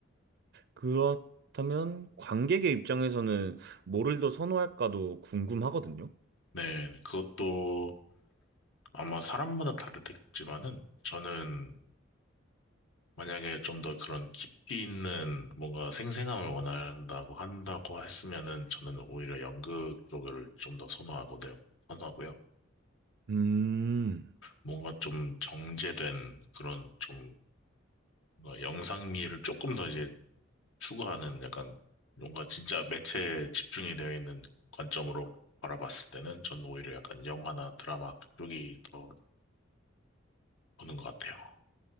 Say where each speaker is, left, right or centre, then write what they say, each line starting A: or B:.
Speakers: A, on the right (about 60°); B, on the left (about 80°).
A: 그렇다면 관객의 입장에서는 뭐를 더 선호할까도 궁금하거든요.
B: 네, 그것도 아마 사람마다 다르겠지만은 저는 만약에 좀 더 그런 깊이 있는 뭔가 생생함을 원한다고 한다고 했으면은 저는 오히려 연극 쪽을 좀 더 선호하거든요. 선호하고요.
A: 음,
B: 뭔가 좀 정제된 그런 좀 뭔가 영상미를 조금 더 이제 추구하는 약간 뭔가 진짜 매체에 집중이 되어 있는 관점으로 바라봤을 때는 전 오히려 약간 영화나 드라마 그쪽이 더 보는 것 같아요.